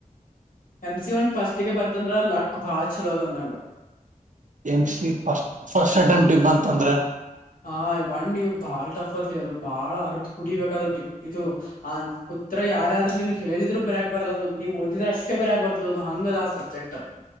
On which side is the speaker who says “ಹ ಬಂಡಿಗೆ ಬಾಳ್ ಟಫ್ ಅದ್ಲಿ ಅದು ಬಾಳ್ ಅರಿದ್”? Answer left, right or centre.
Left